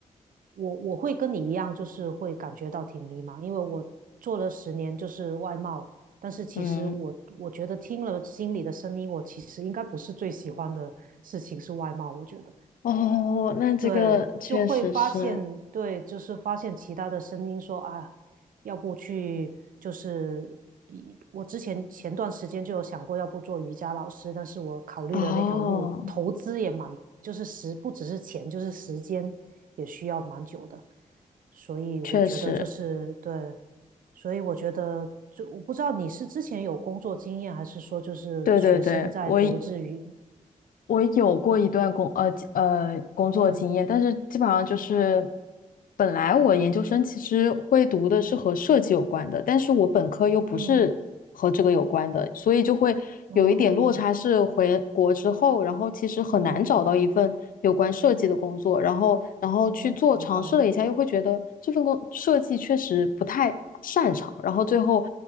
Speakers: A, on the right (about 80°); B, on the left (about 85°).
A: 我我会跟你一样，就是会感觉到挺迷茫，因为我做了十年就是外贸，但是其实我我觉得听了心里的声音，
B: 嗯，
A: 我其实应该不是最喜欢的事情是外贸，我觉得
B: 哦，那这个确实是，
A: 对，就会发现对，就是发现其他的声音说啊，要不去就是一我之前前段时间就有想过，要不做瑜伽老师，但是我考虑的那条路投资也蛮，
B: 哦，
A: 就是时不只是钱，就是时间也需要蛮久的。所以我觉得就是对，
B: 确实，
A: 所以我觉得就我不知道你是之前有工作经验，还是说就是学生在读日语呢？
B: 对对对，我我有过一段工呃呃工作经验，
A: 嗯
B: 但是基本上就是本来我研究生其实会读的是和设计有关的，但是我本科又不是和这个有关的，
A: 嗯
B: 所以就会有一点落差。
A: 哦
B: 是回国之后，然后其实很难找到一份有关设计的工作，
A: 嗯
B: 然后然后去做尝试了一下，
A: 哦，明白
B: 又会觉得这份工设计确实不太。擅长，然后最后